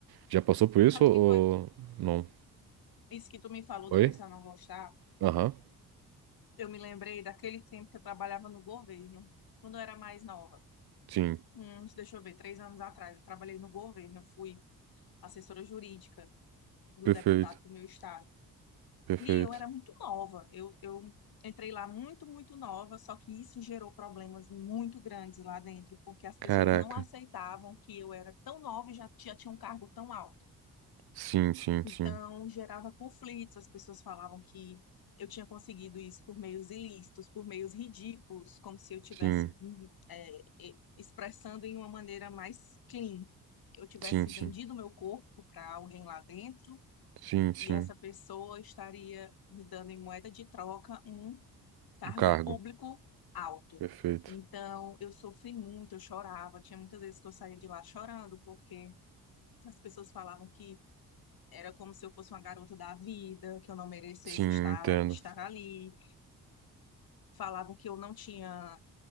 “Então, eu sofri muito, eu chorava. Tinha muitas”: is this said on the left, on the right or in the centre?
Left